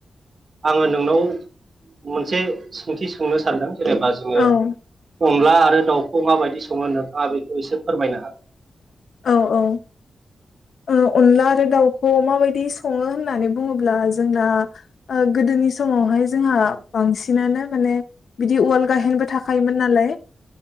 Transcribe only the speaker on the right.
आङो नोंनाव मोनसे सोंथि सोंनो सानदों जेनेबा जोङो
अनला आरो दाउखौ माबायदि सङो नोंथाङा बेखौ एसे फोरमायनो हागोन